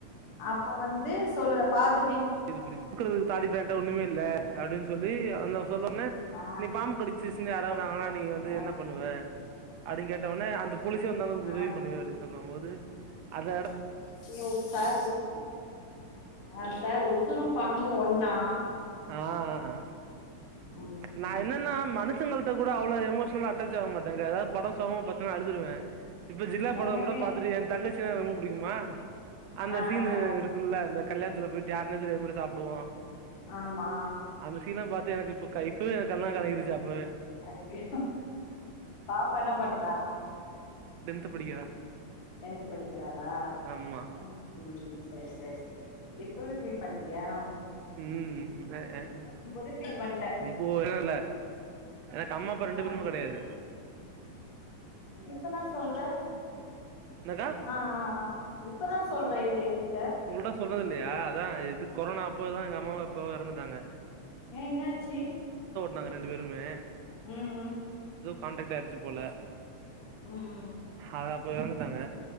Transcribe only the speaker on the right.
புரிது புரிது <unintelligible> ஒன்னுமே இல்ல அப்டின் சொல்லி லி அந் சொன்னொன்னே
நீ பாம்பு கடிச்சு யாறோ <unintelligible> நீ வந்து
என்ன பண்ணுவ அடினு கேட் <unintelligible> அந்த போலிசே வந்தா நமக்கு
உதவி பண்ணுமே அதுக்கு சொன் போம் போது அத
ஆ ஆ
நா என்னனா மனுஷங்கள்ட கூட அவ்ளோ எமோஷனா அட்டாச் ஆவ மாட்டாங்க எதாது படொ சோகமா பாத்தனா அழுதுடுவே இப்ப ஜில்லா
படோ கூட பாத்துட்டு ஏ தங்கச் ச்சு ரொம்ப புடிக்குமா அந்த
சீனு
இருக்குல்ல அந்த கல்யாணத்துல போய்ட்டு எந்ததுலே எப்புடி சாப்புடுவோ
அந்த சீன்லா பாத்து எனக்கு இப்ப கைப்பு எனக்கு கண்லா கிலங்கிருச்சு அப்பவே
த்து படிக்கிறா
ஆமா
உம் அஹஹ்
இப்போ என்ன இல்ல எனக்கு அம்மா அப்ப ரெண்டு
பேருமே கடையாது
என்னக்கா
உங்கள்ட்ட சொல்லறது இல்லையா அதா எது கொரோனா அப்போதா எங்கம்மாவு அப் போவோ எறந்துட்டாங்க
நாங் ரெண்டு பேருமே
ஹான்ட்ரக்ட் ஆயிட்ச்சு போல
அது எறந்துட்டாங்க